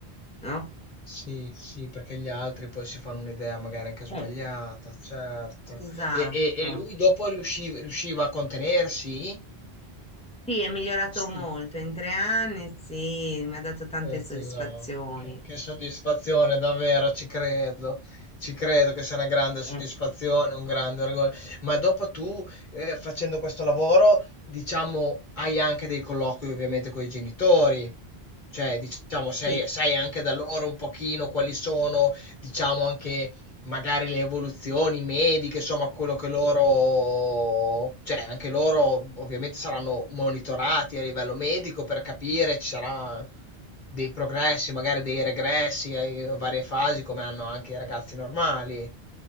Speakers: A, in the centre; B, on the left.
A: no?
B: Sì, sì, perché gli altri poi si fanno un'idea magari anche sbagliata,
A: Eh,
B: certo.
A: Esatto.
B: E, e- e lui dopo riusci- riusciva a contenersi?
A: Sì, è migliorato
B: Sì.
A: molto. In tre anni, sì, mi ha dato tante
B: Eh,
A: soddisfazioni.
B: tesoro, che, che soddisfazione, davvero, ci credo. Ci credo che sia una grande soddisfazione,
A: eh.
B: un grande orgoglio. Ma dopo tu, eh, facendo questo lavoro, diciamo, hai anche dei colloqui ovviamente con i genitori. Cioè, diciamo, sai
A: Sì,
B: sai anche da loro un pochino quali sono, diciamo, anche magari le evoluzioni mediche, insomma, quello che loro, cioè, anche loro ovviamente saranno monitorati a livello medico per capire, ci saranno dei progressi, magari dei regressi a a varie fasi, come hanno anche i ragazzi normali.